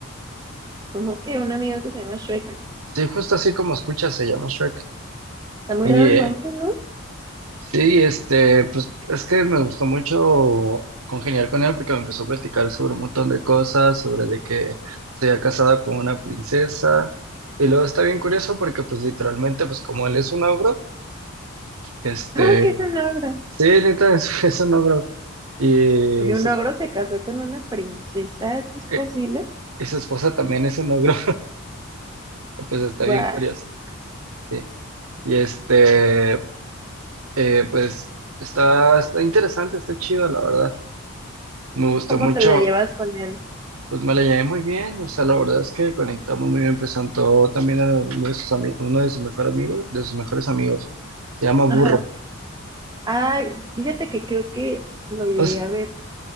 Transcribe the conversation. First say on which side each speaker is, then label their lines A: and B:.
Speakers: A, on the right; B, on the right.
A: Como que un amigo que se llama Shrek.
B: Sí, justo así como escuchas, se llama Shrek.
A: Está muy
B: Y
A: raro
B: eh,
A: el nombre, ¿no?
B: Sí, este, pues es que me gustó mucho congeniar con él porque me empezó a platicar sobre un montón de cosas, sobre de que se había casado con una princesa. Y luego está bien curioso porque pues literalmente pues como él es un ogro, este,
A: <laughs> ¿Cómo que es un ogro?
B: sí, neta es, <laughs> es un ogro y
A: Y un
B: su,
A: ogro se casó con una princesa, ¿eso es posible?
B: eh, y su esposa también es un ogro, <laughs> pues está
A: Guau,
B: bien curioso, sí. Y este, eh, pues está, está interesante, está chido, la verdad. Me gustó
A: ¿cómo
B: mucho.
A: te la llevas con él?
B: Pues me la llevé muy bien, o sea, la verdad es que conectamos muy bien. Presentó también a uno de sus, ami- uno de sus mejores amigos, de sus mejores amigos. Se llama Burro.
A: Ajá. Ay, fíjate que creo que lo llegué
B: Entonces,
A: a ver.